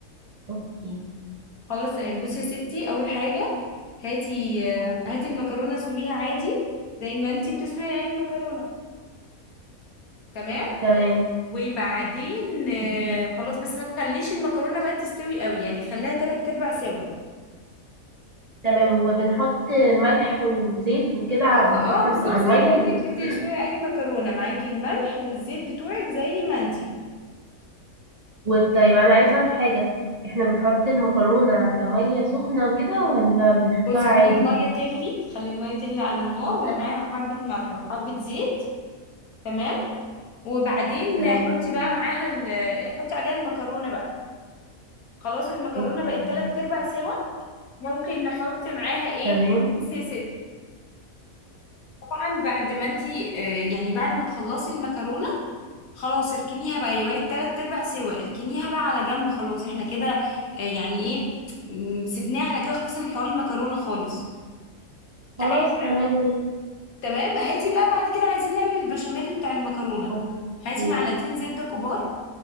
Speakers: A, on the right; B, on the left.
A: اوكي
B: خلاص يعني بصي يا ستي اول حاجه هاتي آه، هاتي المكرونه اسلقيها عادي زي ما انت بتسلقي اي مكرونه تمام
A: تمام
B: وبعدين آه،
A: اوكي
B: خلاص بس ما تخليش المكرونه بقى تستوي قوي يعني خليها تلات ارباع سوا
A: تمام وبنحط ملح وزيت وكده ع-
B: اه
A: واحنا
B: اه بالظبط
A: بن... على
B: زي
A: المية
B: كأنك
A: اللي بتسخن
B: بتسلقي اي مكرونه معاكي الملح والزيت بتوعك زي ما انت
A: وطيب انا عايزة اعرف حاجة احنا بنحط المكرونة على مية سخنة وكده ولا بنحطها
B: بصي
A: عادي
B: خلي الميه تغلي خلي الميه تغلي على النار ومعاها حبه ملح وحبه زيت تمام وبعدين
A: تمام
B: حطي بقى معاها ال... حطي عليها المكرونه بقى خلاص المكرونه
A: اوكي
B: بقت تلات ارباع سوا ممكن نحط معاها ايه
A: تمام
B: بصي يا ست طبعا بعد ما انتي آه، يعني بعد ما تخلصي المكرونه خلاص اركنيها بقى هي بقت تلات ارباع سوا اركنيها بقى على جنب خلاص احنا كده آه، يعني ايه م، سيبناها احنا كده خلصنا من حوار المكرونه خالص تعالي
A: خلاص تمام
B: تمام هاتي بقى بعد كده عايزين نعمل البشاميل بتاع المكرونة
A: اوكي
B: هاتي معلقتين زبدة كبار